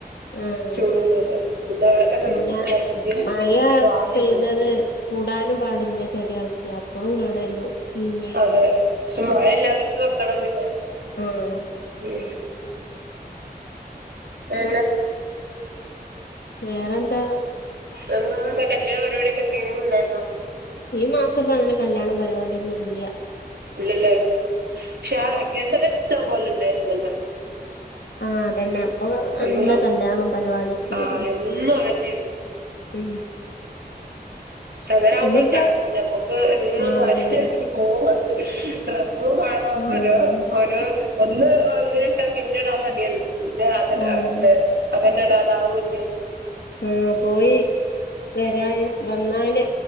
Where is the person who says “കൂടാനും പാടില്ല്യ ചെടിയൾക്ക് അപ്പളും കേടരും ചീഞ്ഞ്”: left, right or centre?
Left